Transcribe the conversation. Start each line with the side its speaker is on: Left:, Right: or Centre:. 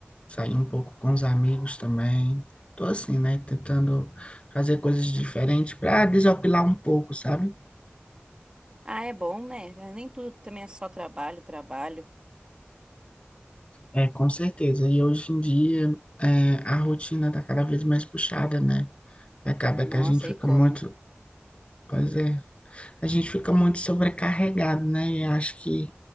Left: sair um pouco com os amigos também. Tô assim, né? Tentando fazer coisas diferentes para desopilar um pouco, sabe?
Right: Ah, é bom, né? Nem tudo também é só trabalho, trabalho.
Left: É, com certeza. E hoje em dia, é, a rotina está cada vez mais puxada, né? Acaba
Right: Nossa,
Left: que a gente fica
Right: e como?
Left: muito, pois é, a gente fica muito sobrecarregado, né? E acho que,